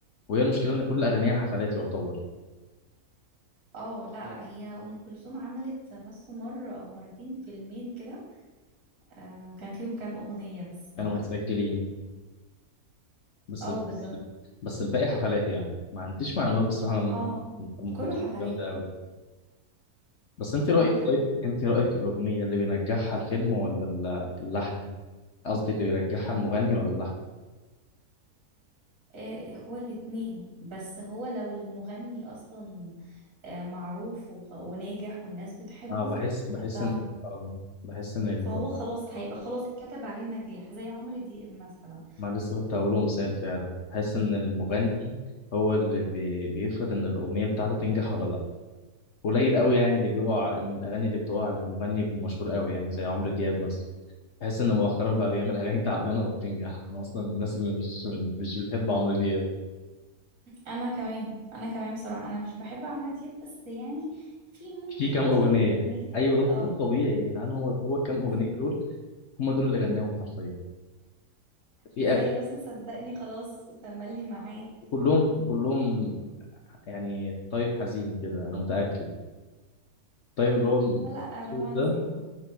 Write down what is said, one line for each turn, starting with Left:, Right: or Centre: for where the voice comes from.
Left: وهي المشكلة ان كل اغانيها حفلات يعتبر
Right: اه لا لا هي ام كلثوم عملت بس مره او مرتين فيلمين كده آه وكان فيهم كام اغنيه بس
Left: كانوا
Right: اه
Left: متسجلين بس
Right: آه،
Left: ال...
Right: بالظبط
Left: بس الباقي حفلات يعني ما عنديش معلومات بصراحة عن
Right: اه
Left: ام أم كلثوم
Right: كله حفلات
Left: جامدة قوي بس انت رأيك
Right: كله حفلات
Left: طيب انت رأيك الأغنية اللي بينجحها الفيلم ولا ال- اللحن قصدي اللي بينجحها المغني ولا اللحن
Right: آه، هو الاتنين بس هو لو المغني اصلا آه، معروف وخ- وناجح والناس بتحبه
Left: اه بحس بحس
Right: ف...
Left: ان آه، بحس ان الم...
Right: فهو خلاص هيبقى خلاص اتكتب عليه النجاح زي عمرو دياب مثلا
Left: ما لسه كنت هقوله مثال فعلا بحس ان المغني
Right: مم.
Left: هو اللي بي... بيفرض ان الاغنيه بتاعته تنجح ولا لا قليل قوي يعني اللي بيقع الاغاني اللي بتقع للمغني يكون مشهور قوي يعني زي عمرو دياب مثلا بحس ان مؤخرا بقى بيعمل اغاني تعبانه وبتنجح انا اصلا من الناس اللي مش من... مش بتحب عمرو دياب
Right: انا كمان انا كمان بصراحة انا مش بحب عمرو دياب بس يعني في ممكن
Left: في كام اغنيه
Right: كام اغنية
Left: ايوه ده
Right: اه
Left: ده الطبيعي يا جدعان هو هو الكام اغنيه
Right: <laughs>
Left: دول هم دول اللي غناهم حرفيا في
Right: زي
Left: أغاني
Right: مثلا صدقني خلاص وتملي معاك
Left: كلهم كلهم يعني طيب حزين كده انا متاكد طيب اللي هو المبسوط
Right: لا رومانسي
Left: ده
Right: دول